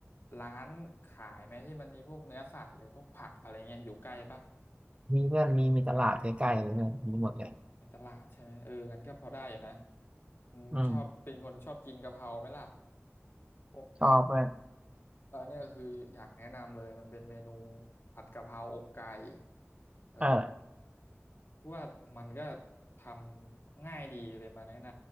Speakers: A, on the left; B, on the right.
A: ร้านขายไหมที่มันมีพวกเนื้อสัตว์หรือพวกผักอะไรเงี้ยอยู่ใกล้ปะ
B: ๆมีเพื่อนมีมีตลาดใกล้ๆเลยเนี่ยมีหมดเลย
A: อ๋อเป็นตลาดใช่ไหมเอองั้นก็พอได้อยู่นะอืมึงชอบเป็นคนชอบกินกะเพราไหมล่ะ
B: อืม
A: พวก
B: ชอบเพื่อน
A: แล้วเนี่ยคืออยากแนะนำเลยมันเป็นเมนูผัดกะเพราอกไก่เออ
B: เออ
A: ว่ามันก็ทำง่ายดีเลยมาแนะน